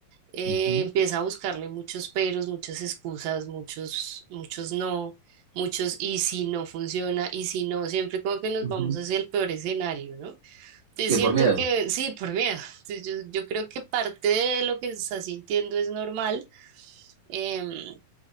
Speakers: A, on the right; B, on the right.
A: eh,
B: ujú,
A: empieza a buscarle muchos peros, muchas excusas, muchos, muchos no, muchos y si no funciona, y si no, siempre como que nos
B: ujú,
A: vamos hacia el peor escenario, ¿no? Te
B: Que
A: siento
B: por miedo.
A: que sí, por miedo. Entonces, yo, yo creo que parte de lo que estás sintiendo es normal, em,